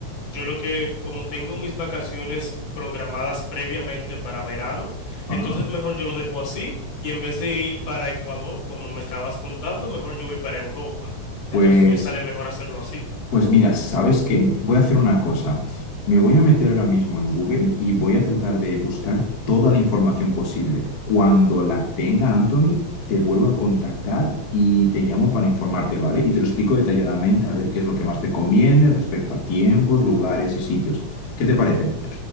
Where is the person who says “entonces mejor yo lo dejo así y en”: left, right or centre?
Left